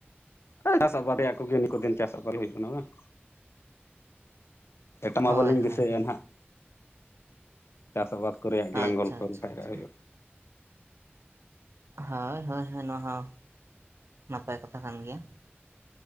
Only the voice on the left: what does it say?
ᱪᱟᱥ ᱟᱵᱟᱫ ᱨᱮᱭᱟᱜ ᱠᱚᱜᱮ ᱱᱩ ᱫᱤᱱ ᱪᱟᱥ ᱟᱵᱟᱫ ᱦᱩᱭᱩᱜ ᱠᱟᱱᱟ ᱵᱟᱝ? ᱮᱴᱟᱜ ᱢᱟ
ᱵᱟᱹᱞᱤᱧ
ᱫᱤᱥᱟᱹᱭᱮᱫᱼᱟ
ᱱᱟᱦᱟᱜ‌, ᱪᱟᱥ ᱟᱵᱟᱫ ᱠᱚᱨᱮ ᱜᱮᱞᱟᱝ
ᱜᱚᱞᱯᱚ
ᱞᱮᱠᱷᱟ
ᱫᱚᱟᱜ ᱦᱩᱭᱩᱜᱼᱟ ᱾